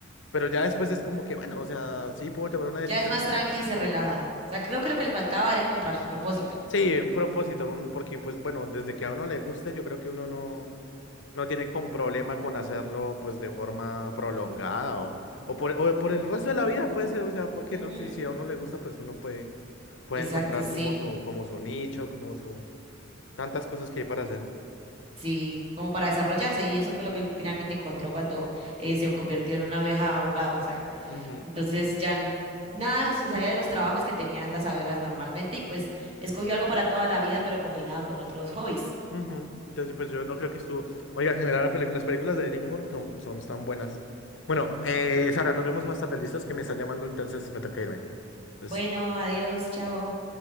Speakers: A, on the left; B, on the right.
A: pero ya después es como que bueno, o sea, sí puedo tomar una decisión.
B: Ya es más tranqui y se relaja. O sea, creo que lo que le faltaba era encontrar su propósito.
A: Sí, un propósito, un, porque pues bueno, desde que a uno le guste, yo creo que uno no, no tiene con problema con hacerlo pues de forma prolongada o, o, por, o por el resto de la vida puede ser, o sea, ¿por qué
B: Ujú.
A: no? Sí, si a uno le gusta, pues uno puede, puede
B: Exacto,
A: encontrar
B: sí,
A: como su, como su nicho, como su, tantas cosas que hay para hacer.
B: sí, como para desarrollarse. Y eso fue lo que él finalmente encontró cuando eh, se convirtió en una abeja abogado. O sea,
A: Ujú,
B: entonces ya n- nada se salía de los trabajos que tenían las abejas normalmente y pues escogió algo para toda la vida, pero combinado con otros hobbies.
A: ujú. Entonces, pues yo no creo que estuvo, oiga, en general la pelicu- las películas de DreamWorks son, son tan buenas. Bueno, eh, Sara, nos vemos más tarde, listos, que me está llamando, entonces me toca irme. Entonces,
B: Bueno, adiós, chao.